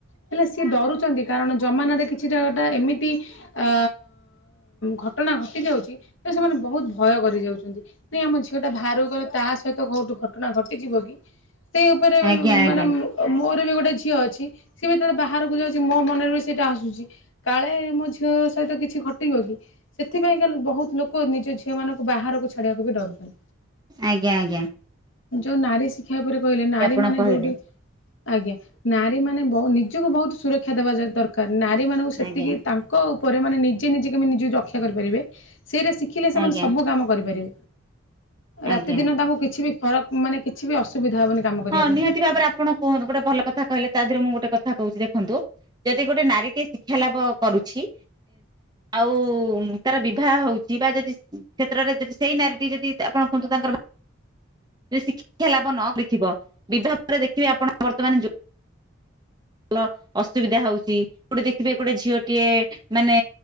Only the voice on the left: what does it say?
ହେଲେ ସିଏ ଡରୁଛନ୍ତି କାରଣ ଜମାନାରେ କିଛିଟା ଗୋଟା ଏମିତି ଅ ଘଟଣା ଘଟି ଯାଉଛି ତ ସେମାନେ ବହୁତ ଭୟ କରି ଯାଉଛନ୍ତି। ନାଇଁ ଆମ ଝିଅ ଟା ବାହହାରକୁ ଗଲେ ତା ସହିତ କୋଉଠୁ ଘଟଣା ଘଟିଯିବ କି? ସେ ଉପରେ
ମାନେ ମୋର ବି ଗୋଟେ ଝିଅ ଅଛି ସିଏ ଯେତେବେଳେ ବାହାରକୁ ଯାଉଛି ମୋ ମନରେ ବି ସେଇଟା ଆସୁଛି। କାଳେ ମୋ ଝିଅ ସହିତ କିଛି ଘଟିବ କି? ସେଥିପାଇଁ କା ବହୁତ ଲୋକ ନିଜ ଝିଅ ମାନଙ୍କୁ ବାହାରକୁ ଛାଡିବାକୁ ବି ଡରୁଛନ୍ତି।
ଯୋଉ ନାରୀ ଶିକ୍ଷା ଉପରେ କହିଲେ ନାରୀ
ମାନେ
ଯୋଉଠି ଆଜ୍ଞା ନାରୀ ମାନେ ନିଜକୁ ବହୁତ ସୁରକ୍ଷା ଦେବା ଦରକାର ନାରୀମାନଙ୍କୁ ସେତିକି
ତାଙ୍କ ଙ୍କ ଉପରେ ମାନେ ନିଜେ ନିଜେ କେମି ନିଜେ ରକ୍ଷା କରିପାରିବେ ସେଇଟା ଶି ଶିଖିଲେ ସେମାନେ
ସବୁ କାମ କରିପାରିବେ ରାତିଦିନ
ତାଙ୍କୁ କିଛି ବି ଫରକ୍ ମାନେ କିଛି ବି ଅସୁବିଧା ହବନି। କାମ କରିବା
ପାଇଁ।